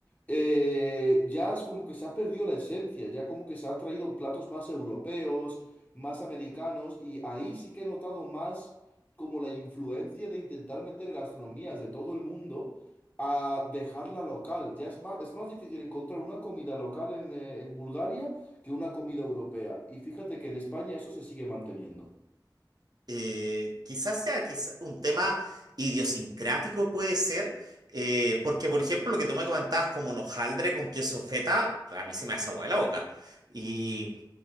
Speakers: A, on the left; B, on the right.
A: eh, ya es como que se ha perdido la esencia, ya como que se han traído platos más europeos, más americanos, y ahí sí que he notado más como la influencia de intentar meter gastronomías de todo el mundo a dejarla local. Ya es más, es más difícil encontrar una comida local en, eh, en Bulgaria que una comida europea. Y fíjate que en España eso se sigue manteniendo.
B: Eh, quizás sea quizá- un tema idiosincrático, puede ser, eh, porque por ejemplo lo que tú me comentabas como un hojaldre con queso feta, a mí se me hace agua de la boca. y